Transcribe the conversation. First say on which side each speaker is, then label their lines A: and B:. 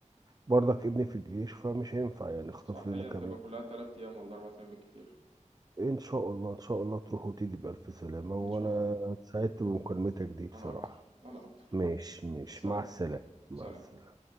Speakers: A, on the right; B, on the right.
A: برضك ابني في الجيش فمش هينفع يعني اخطف
B: صح
A: لنا
B: هي
A: كام
B: تبقى
A: يوم
B: كلها تلات ايام ولا اربع ايام بالكتير
A: ان شاء الله ان شاء الله تروح وتيجي بالف سلامه وانا
B: ان شاء الله
A: سعدت بمكالمتك دي بصراحه
B: انا اكتر انا اكتر
A: ماشي ماشي
B: سلام
A: مع السلامه مع
B: سلام
A: السلامه